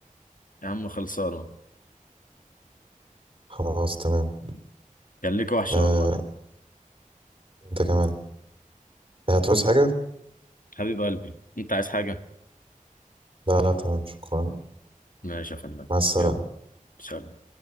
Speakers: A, on the left; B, on the right.
A: يا عم خلصانه
B: خلاص تمام
A: كان ليك وحشه
B: آه...
A: والله
B: أنت كمان آه، هتعوز حاجة؟
A: حبيب قلبي انت عايز حاجه
B: لا لا تمام شكرا
A: ماشي يا فندم
B: مع السلامة
A: يلا سلام